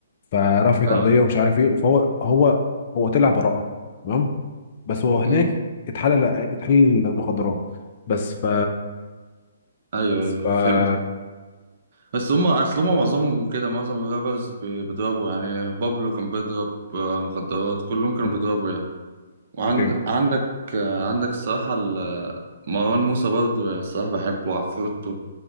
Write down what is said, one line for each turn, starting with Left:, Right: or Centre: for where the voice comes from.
Left: فرفعت
Right: اه
Left: قضيه ومش عارف ايه فهو هو هو طلع براءه تمام بس هو هناك
Right: امم
Left: اتحلل اتحلل مخدرات بس ف
Right: ايوه ايوه
Left: ف
Right: فهمت بس هم اصل هم معظمهم كده معظم الرابرز بي- بيضربوا يعني بابلو كان بيضرب آه، مخدرات كلهم كانوا
Left: مم.
Right: بيضربوا يعني. وعندك
Left: أيوه.
Right: عندك عندك الصراحة ال- مروان موسى برضه الصراحة بحبه وعفروتو